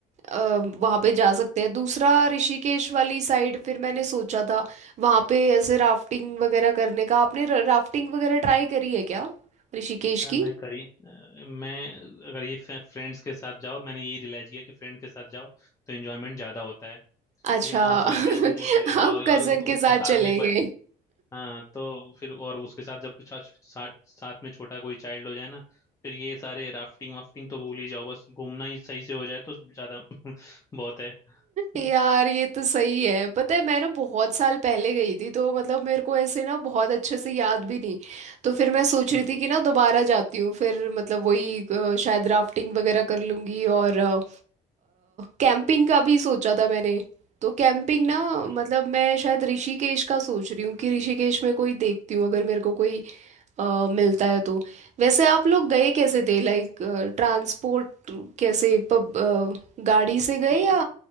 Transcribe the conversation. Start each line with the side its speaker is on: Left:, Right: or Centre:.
Right: वहां पे जा सकते हैं दूसरा ऋषिकेश वाली साइड फिर मैंने सोचा था वहां पे ऐसे राफ्टिंग वगैरह करने का आपने राफ्टिंग वगैरह ट्राई करी है क्या ऋषिकेश
Left: यार मैं
Right: की
Left: करी अ, मैं अगर ये फ्रेंड्स के साथ जाओ मैंने यही रियलाइज किया कि फ्रेंड के साथ जाओ तो एंजॉयमेंट ज्यादा होता है
Right: अच्छा
Left: ठीक है
Right: <laughs>
Left: आप फैमिली के साथ चले जाओ
Right: आप कजन
Left: और,
Right: के साथ
Left: और साथ
Right: चले
Left: में एक बच्चा
Right: गए
Left: हाँ तो फिर और उसके साथ जब छा- साथ साथ में छोटा कोई चाइल्ड हो जाए ना फिर ये सारे राफ्टिंग वाफ्टिंग तो भूल ही जाओ बस घूमना ही सही से हो जाए तो ज्यादा <laughs> बहुत है हम्म,
Right: यार ये तो सही है पता है मैं ना बहुत साल पहले गई थी तो मतलब मेरे को ऐसे ना बहुत अच्छे से याद भी नहीं तो फिर मैं सोच
Left: हम्म,
Right: रही थी कि ना दोबारा जाती हूँ फिर मतलब वही अ, शायद राफ्टिंग वगैरह कर लूंगी और अ, कैंपिंग का भी सोचा था मैंने तो कैंपिंग ना
Left: नहीं
Right: मतलब मैं शायद ऋषिकेश का सोच रही हूँ कि ऋषिकेश में कोई देखती हूँ अगर मेरे को कोई अ, मिलता है तो वैसे आप लोग गए कैसे थे लाइक ट्रांसपोर्ट कैसे पब, अ, गाड़ी से गए
Left: तो
Right: या